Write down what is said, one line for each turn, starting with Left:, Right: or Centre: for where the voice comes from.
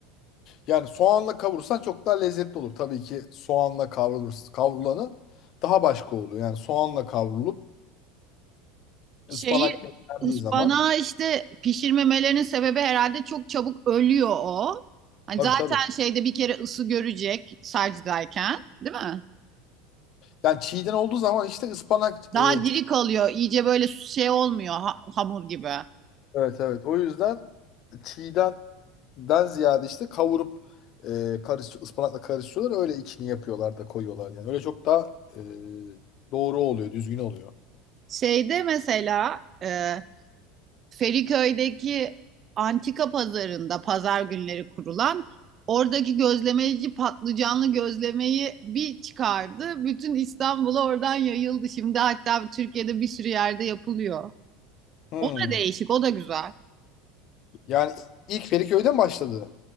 Left: Yani soğanla kavurursan çok daha lezzetli olur. Tabii ki soğanla kavrulur, kavrulanı daha başka oluyor. Yani soğanla kavrulup
Right: Şeyi
Left: ıspanak eklendiği
Right: ıspanağı
Left: zaman
Right: işte pişirmemelerinin sebebi herhalde çok çabuk ölüyor o. Hani
Left: tabii
Right: zaten
Left: tabii.
Right: şeyde bir kere ısı görecek sarcıdayken, değil mi?
Left: Yani çiğden olduğu zaman işte ıspanak
Right: Daha
Left: e,
Right: diri kalıyor. iyice böyle şey olmuyor ha- hamur gibi.
Left: Evet evet. O yüzden çiğdenden ziyade işte kavurup e, karış, ıspanakla karıştırıyorlar. Öyle içini yapıyorlar da koyuyorlar yani. Öyle çok daha e, doğru oluyor, düzgün oluyor.
Right: Şeyde mesela e, Feriköy'deki antika pazarında pazar günleri kurulan oradaki gözlemeci patlıcanlı gözlemeyi bir çıkardı. Bütün İstanbul'a oradan yayıldı. Şimdi hatta Türkiye'de bir sürü yerde yapılıyor.
Left: Hmm.
Right: O da değişik, o da güzel.
Left: Yani ilk Feriköy'de başladı?